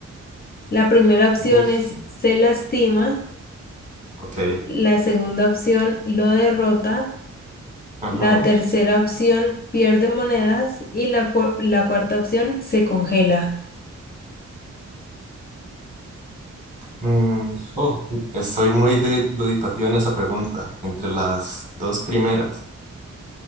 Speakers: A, on the left (about 35°); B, on the right (about 25°).
A: La primera opción
B: Uf,
A: es se lastima,
B: ok.
A: la segunda opción lo derrota.
B: Ajá.
A: La tercera opción pierde monedas y la, cu- la cuarta opción se congela.
B: Mm, oh, estoy muy du- duditativo en esa pregunta, entre las dos primeras.